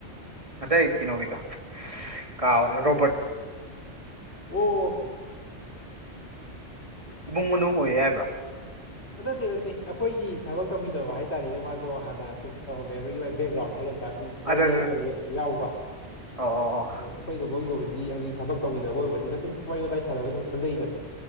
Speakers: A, on the right; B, on the left.
A: ꯉꯁꯥꯏ ꯇꯤꯅꯣꯒꯤꯗ ꯀꯥ ꯔꯣꯕꯔꯠ
B: ꯑꯣ
A: ꯏꯃꯨꯡ ꯃꯅꯨꯡ ꯑꯣꯏꯌꯦ ꯍꯥꯏꯕ꯭ꯔꯣ
B: ꯅꯠꯇꯦ ꯅꯠꯇꯦ ꯑꯩꯈꯣꯏꯒꯤ ꯊꯕꯛ ꯇꯧꯕꯤꯗꯕ ꯍꯥꯏ ꯇꯔꯅꯦ ꯃꯥꯗꯣ ꯍꯥꯟꯅ ꯁꯨꯝ ꯇꯧꯔꯝꯃꯤꯕꯒꯤ ꯃꯥ ꯕꯦꯛꯒ꯭ꯔꯥꯎꯟ ꯍꯥꯏꯒ ꯇꯥꯔ ꯁꯨ ꯋꯥꯔꯤ
A: ꯑꯗ
B: ꯂꯤꯔꯛꯄꯗ ꯌꯥꯎꯕ ꯑ
A: ꯑꯣ ꯑꯣ ꯑꯣ
B: ꯑꯩꯈꯣꯏ ꯀꯕꯣꯏ ꯀ ꯍꯥꯏꯗꯤ ꯍꯥꯏꯗꯤ ꯊꯕꯛ ꯇꯧꯕꯤꯟꯅꯕ ꯑꯣꯏꯕꯅꯤꯅ ꯁꯨꯝ ꯋꯥꯔꯤ ꯋꯥꯇꯥꯏ ꯁꯥꯟꯅꯕꯅ ꯁꯨꯝ ꯈꯪꯖꯩꯗꯅ